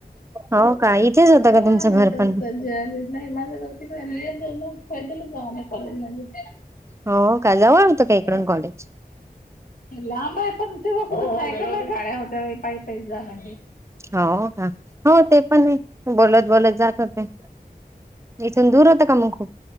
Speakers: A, on the right; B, on the left.
A: हो का इथेच होतं
B: यांना
A: का तुमचं
B: आला असेल.
A: घर पण
B: ज नाही माझं ग तिकडे जाऊ ना फैदल जाऊ म कॉलेज मध्ये.
A: हो का जवळ होतं काय इकडून
B: हा?
A: कॉले?
B: लांब आहे पण ते. ब सायकल ला गाडया होत्या बाई पाय पाई जाला.
A: हो ह हो ते पण बोलत बोलत. जात होते. इथून दूर होत का मग खूप?